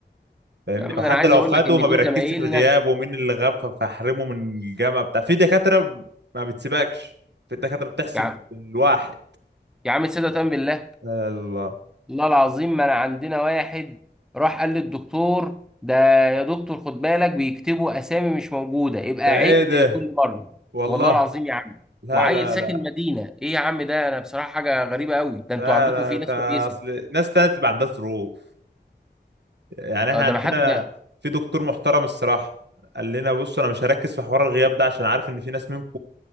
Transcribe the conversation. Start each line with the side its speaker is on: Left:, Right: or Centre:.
Right: فاهمني
Centre: يا عم
Right: وحتى
Centre: ده انا عايز
Right: لو
Centre: اقول
Right: خدوا
Centre: لك ان
Right: ما بيركزش
Centre: في زمايلنا
Right: في الغياب ومين اللي غاب ف- فاحرمه من الجامعة بتاع في دكاترة ما بتسيبكش في دكاترة بتحسب
Centre: يا عم
Right: بالواحد
Centre: يا عم صدقة بالله
Right: يا الله
Centre: والله العظيم ما انا عندنا واحد راح قال للدكتور ده يا دكتور خد بالك بيكتبوا اسامي مش موجوده يبقى
Right: ده
Centre: عد
Right: ايه ده
Centre: كل مره
Right: والله
Centre: والله العظيم يا عم
Right: لا
Centre: وعيل
Right: لا
Centre: ساكن
Right: لا
Centre: مدينه ايه يا عم ده انا بصراحه حاجه غريبه قوي ده
Right: لا
Centre: انتوا عندكم
Right: لا
Centre: في ناس
Right: ده
Centre: كويسه
Right: اصل ناس تانية بتبقى عندها ظروف يعني احنا
Centre: اه ده
Right: عندنا
Centre: ما حد
Right: في دكتور محترم الصراحة قال لنا بص انا مش هركز في حوار الغياب ده عشان عارف ان في ناس منكم